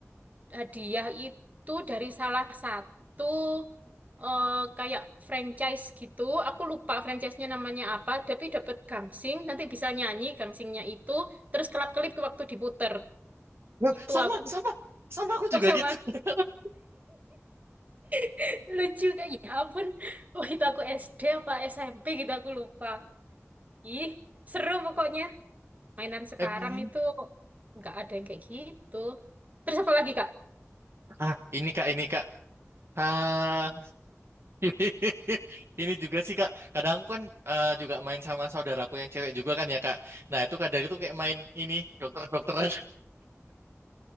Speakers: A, on the right; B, on the right.
A: hadiah itu dari salah satu eh, kayak franchise gitu. Aku lupa franchise-nya namanya apa, tapi dapat gangsing, nanti bisa nyanyi gangsingnya itu, terus kelap-kelip ke waktu diputer.
B: Loh,
A: Itu
B: sama,
A: aku
B: sama. Sama aku
A: oh
B: juga
A: sama
B: gitu. <laughs>
A: <laughs> lucu kayak ya ampun. Oh itu aku SD apa SMP gitu aku lupa. Ih, seru pokoknya. Mainan sekarang
B: Em,
A: itu nggak ada yang kayak gitu. Terus apa lagi, Kak?
B: Ah, ini Kak, ini Kak. Ah, <laughs> Ini juga sih Kak, kadang aku kan eh, juga main sama saudaraku yang cewek juga kan ya Kak. Nah itu kadang itu kayak main ini dokter-dokteran.